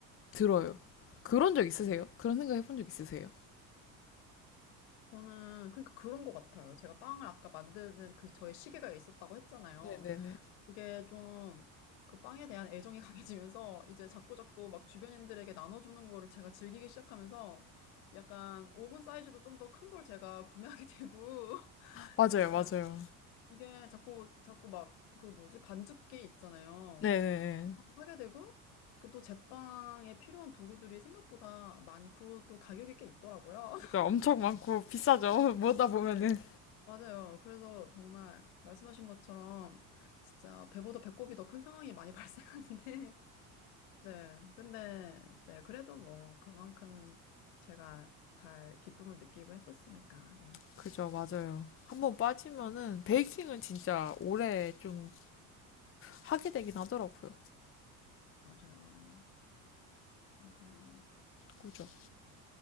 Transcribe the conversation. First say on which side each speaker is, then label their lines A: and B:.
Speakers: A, on the left; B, on the left.
A: 들어요. 그런 적 있으세요? 그런 생각 해본 적 있으세요?
B: 저는 그러니까 그런 것 같아요. 제가 빵을 아까 만드는 그 저의 시계가 있었다고 했잖아요.
A: 네네네.
B: 그게 좀 그 빵에 대한 애정이 <laughs> 강해지면서 이제 자꾸자꾸 막 주변인들에게 나눠주는 거를 제가 즐기기 시작하면서 약간 오븐 사이즈도 좀 더 큰 걸 제가 구매하게 되고 <laughs>
A: 맞아요,
B: 약간
A: 맞아요.
B: 이게 자꾸 자꾸 막 그 뭐지 반죽기 있잖아요.
A: 네네.
B: 그거 사게 되고 그 또 제빵에 필요한 도구들이 생각보다 많고 또 가격이 꽤 있더라고요. <laughs>
A: 그죠. 엄청 많고 비싸죠. <laughs> 뭐다 보면은.
B: 네. 맞아요. 그래서 정말 말씀하신 것처럼 진짜 배보다 배꼽이 더 큰 상황이 많이 <laughs> 발생하는데, 네. 근데, 네. 그래도 뭐 그만큼 제가 잘 기쁨을 느끼고 했었으니까, 네.
A: 그죠. 맞아요. 한번 빠지면은 베이킹은 진짜 오래 좀 하게 되긴 하더라고요.
B: 맞아요. 맞아요.
A: 그죠.